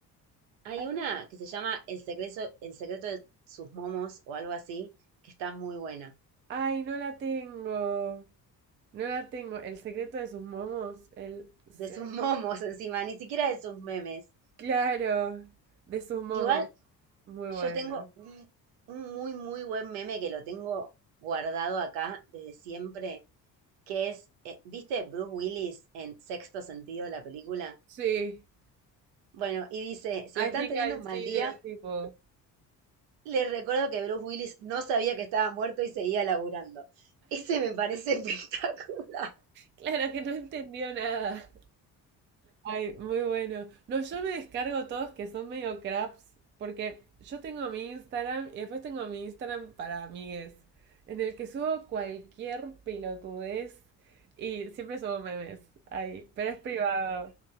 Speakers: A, on the right; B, on the right.
A: Hay
B: ay,
A: una
B: no me-
A: que se llama El secreto, El secreto de sus momos o algo así, que está muy buena.
B: ay, no la tengo, no la tengo. El secreto de sus momos, el, se-
A: De sus <laughs> momos encima, ni siquiera de sus memes.
B: claro, de sus momos,
A: Igual
B: muy bueno.
A: yo tengo un, un muy, muy buen meme que lo tengo guardado acá desde siempre, que es, eh, ¿viste Bruce Willis en Sexto Sentido, la película?
B: Sí,
A: Bueno, y dice, si
B: I
A: están
B: think
A: teniendo
B: I
A: un
B: see
A: mal día,
B: them people.
A: les recuerdo que Bruce Willis no sabía que estaba muerto y seguía laburando. <laughs> Ese me parece <laughs> espectacular.
B: Claro que no entendió nada. Ay, muy bueno. No, yo me descargo todos que son medio craps, porque yo tengo mi Instagram y después tengo mi Instagram para amigues, en el que subo cualquier pelotudez y siempre subo memes Ay, pero es privado.